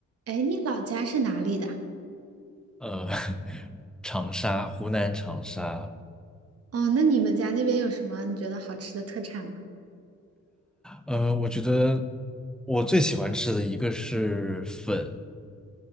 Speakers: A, on the right; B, in the centre.
A: 哎，你老家是哪里的？
B: 呃，<laughs> 长沙，湖南长沙，
A: 哦，那你们家那边有什么你觉得好吃的特产吗？
B: 呃，我觉得我最喜欢吃的一个是粉，